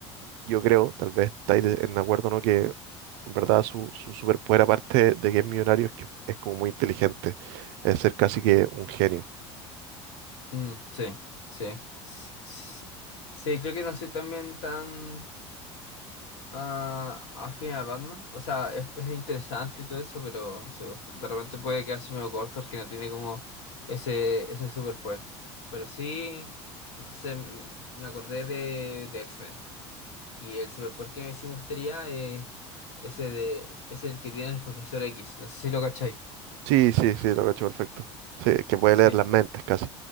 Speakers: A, on the right; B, on the left.
A: yo creo, tal vez estáis de- en acuerdo, ¿no? Que en verdad su, su superpoder, aparte de que es millonario, es que es como muy inteligente, es ser casi que un genio.
B: Mm, sí, sí, s- s- sí. creo que no soy también tan ah, afín a Batman. O sea, es, es interesante y todo eso, pero sí, pues, de repente puede quedarse medio corto porque no tiene como ese, ese superpoder. Pero sí, no sé, m- me acordé de, de X-Men. Y el superpoder que sí me gustaría es ese de, es el que tiene el profesor X. No sé si lo cacháis.
A: Sí, sí, sí, lo cacho perfecto. Sí, que puede
B: Sí.
A: leer las mentes casi.